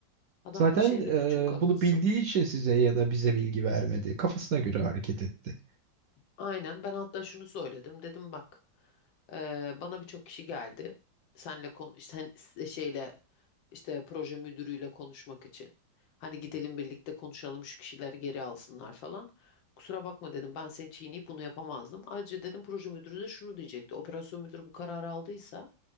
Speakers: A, on the left (about 85°); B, on the right (about 65°).
A: Adam
B: Zaten
A: da şey
B: e,
A: dedi çok haklısın.
B: bunu bildiği için size ya da bize bilgi vermedi. Kafasına göre hareket etti.
A: Aynen ben hatta şunu söyledim dedim bak eee, bana birçok kişi geldi senle kon sen şeyle işte proje müdürüyle konuşmak için hani gidelim birlikte konuşalım şu kişileri geri alsınlar falan kusura bakma dedim ben seni çiğneyip bunu yapamazdım ayrıca dedim proje müdürü de şunu diyecekti operasyon müdürü bu kararı aldıysa